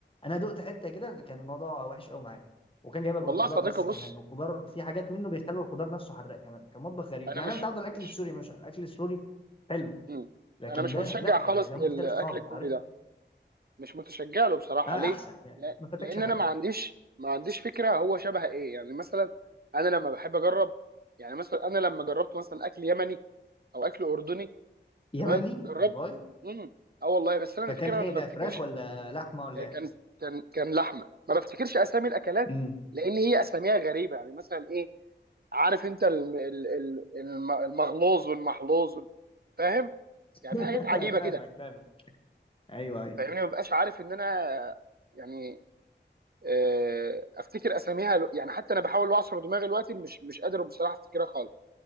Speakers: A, on the left; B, on the right.
A: انا دقت حته كده كان الموضوع وحش قوي معايا وكان جايبها
B: والله
A: بالخضار
B: يا صديقي
A: بس
B: بص
A: كمان والخضار في حاجات منه بيخلوا الخضار نفسه حراق كمان كان مطبخ غريب
B: انا
A: يعني
B: مش
A: انا متعود على
B: مش
A: الاكل السوري مثلا الاكل السوري حلو
B: مم.
A: لكن
B: انا مش
A: ده
B: متشجع
A: لا
B: خالص
A: ده
B: للاكل
A: مختلف خالص
B: الكوري
A: عارف
B: ده مش متشجع له بصراحه
A: آه
B: ليه
A: احسن يعني
B: لا
A: ما فاتكش
B: لان
A: حاجه
B: انا ما عنديش ما عنديش فكره هو شبه ايه يعني مثلا انا لما بحب اجرب يعني مثلا انا لما جربت مثلا اكل يمني او اكل اردني
A: يمني
B: تمام جربت
A: والله
B: امم اه والله بس انا
A: فكان
B: الفكره
A: ايه
B: انا
A: ده
B: ما بفتكرش
A: فراخ ولا لحمه ولا ايه
B: كان كان كان لحمه ما بفتكرش اسامي الاكلات
A: امم
B: لان هي اساميها غريبه يعني مثلا إيه؟ عارف انت الم- ال- ال- الم- المغلوظ والمحلوظ وال- فاهم يعني
A: <laughs>
B: في حاجات عجيبه
A: فاهمك
B: كده
A: فاهمك ايوه ايوه
B: فاهمني ما ببقاش عارف ان انا يعني آه، افتكر اساميها لو- يعني حتى انا بحاول اعصر دماغي دلوقتي مش مش قادر بصراحه افتكرها خالص